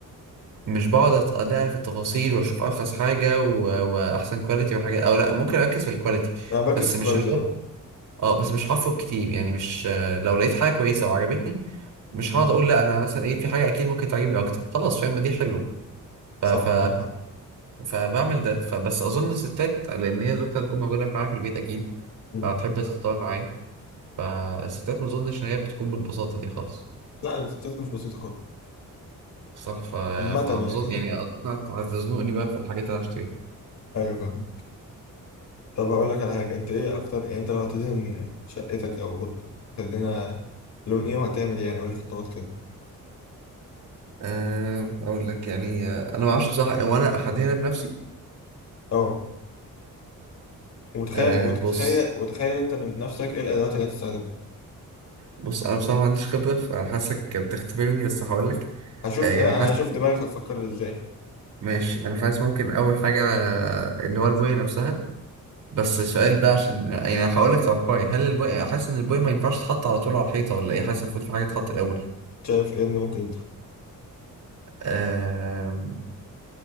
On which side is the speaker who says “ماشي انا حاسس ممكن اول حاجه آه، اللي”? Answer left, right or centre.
Right